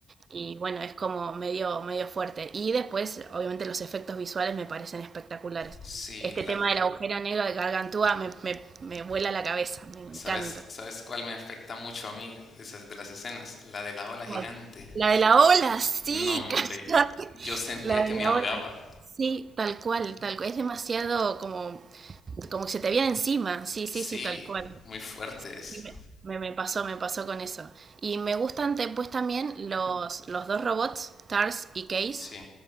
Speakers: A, on the right; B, on the left.
A: y bueno, es como medio, medio fuerte. Y después, obviamente, los efectos visuales me parecen espectaculares.
B: Sí,
A: Este
B: la,
A: tema de la agujera negra de Gargantúa me, me, me vuela la cabeza, me encanta.
B: ¿Sabes, sabes cuál me afecta mucho a mí de esas- de las escenas? La de la ola gigante.
A: Voy. La de la ola, sí,
B: No, hombre,
A: <laughs> cállate.
B: yo sentía
A: La
B: que
A: de
B: me
A: la
B: ahogaba.
A: ola. Sí, tal cual, tal cual. Es demasiado como, como que se te viene encima. Sí, sí,
B: Sí,
A: sí, tal cual.
B: muy fuerte es.
A: Sí, me, me- me pasó, me pasó con eso. Y me gustan después también los, los dos robots, Tars y Case.
B: Sí,